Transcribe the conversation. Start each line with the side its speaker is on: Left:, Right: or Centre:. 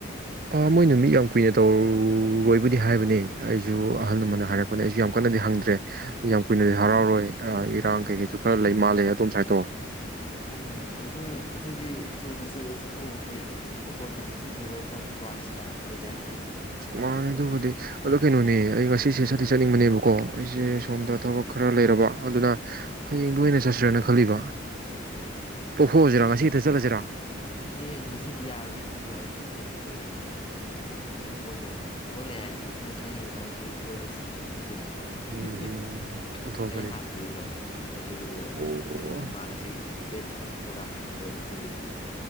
Right: ꯑ ꯃꯣꯏ ꯅꯨꯃꯤꯠ ꯌꯥꯝ ꯀꯨꯏꯅ ꯇꯧꯔꯔꯣꯏꯕꯨꯗꯤ ꯍꯥꯏꯕꯅꯦ ꯑꯩꯁꯨ ꯑꯍꯜ ꯑꯃꯅ ꯍꯥꯏꯔꯛꯄꯅꯦ ꯑꯩꯁꯨ ꯌꯥꯝ ꯀꯟꯅꯗꯤ ꯍꯪꯗ꯭ꯔꯦ ꯌꯥꯝ ꯀꯨꯏꯅꯗꯤ ꯍꯔꯥꯎꯔꯣꯏ ꯑ ꯏꯔꯥꯡ ꯀꯩꯀꯩꯁꯨ ꯈꯔ ꯂꯩ ꯃꯥꯜꯂꯦ ꯑꯗꯣꯝ ꯁꯥꯏꯗꯇꯣ
Left: ꯍ ꯎꯝ ꯑꯗꯨꯅ ꯑꯗꯨꯗꯤ ꯊꯨꯅꯁ ꯁꯖꯆꯠꯊꯣꯛ ꯎꯝ ꯐꯩ ꯑꯣꯄꯣꯔꯆꯨꯅꯤꯇꯤ ꯅꯦꯕꯔ ꯀꯝ ꯇꯨꯋꯥꯏꯁ ꯀꯥꯏꯗ ꯂꯩꯗꯥꯏꯅꯦ
Right: ꯃꯥꯅꯦ ꯑꯗꯨꯕꯨꯗꯤ ꯑꯗꯣ ꯀꯩꯅꯣꯅꯦ ꯑꯩ ꯉꯁꯤꯁꯦ ꯆꯠꯇꯤ ꯆꯠꯅꯤꯡꯕꯅꯦꯕꯀꯣ ꯑꯩꯁꯦ ꯁꯣꯝꯗ
Left: ꯎꯝ
Right: ꯊꯕꯛ ꯈꯔ ꯂꯩꯔꯕ ꯑꯗꯨꯅ ꯍꯌꯦꯡꯗꯨ ꯑꯣꯏꯅ ꯆꯠꯁꯤꯔꯥꯅ ꯈꯜꯂꯤꯕ ꯇꯣꯛꯊꯣꯛꯑꯁꯤꯔꯥ
Left: ꯍꯌꯦꯡꯗꯨ
Right: ꯉꯁꯤ ꯍꯦꯛꯇ ꯆꯠꯂꯁꯤꯔꯥ
Left: ꯑꯦ ꯉꯁꯤꯗꯤ ꯌꯥꯔꯣꯏꯍꯦ ꯅꯪꯁꯨ ꯑꯩ ꯑꯩ ꯀꯩꯅꯣ ꯇꯧꯔꯦ ꯊꯕꯛ ꯂꯩ ꯊꯕꯛ ꯂꯩ ꯍꯥꯏꯕꯗꯤ ꯅꯪ ꯈꯪꯉꯤꯗꯅ ꯑꯩꯁꯨ ꯀꯣꯏꯕ ꯆꯠꯇꯣꯏꯅꯤ
Right: ꯎꯝ
Left: ꯍꯤꯍꯤ
Right: ꯑꯣꯟꯊꯣꯛꯄꯅꯤ
Left: ꯑꯩ ꯍꯥꯟꯅꯒꯤꯗꯣ ꯑꯗꯨꯒꯤꯗꯣ
Right: ꯑꯣ
Left: ꯀꯩꯅꯣ ꯃꯥ ꯉꯁꯤ ꯗꯦꯠ ꯊꯑ ꯄ꯭ꯔꯣꯒ꯭ꯔꯥꯝ ꯊꯥꯖꯜꯂꯛꯑꯦ ꯑꯗꯨꯗꯨꯒꯤ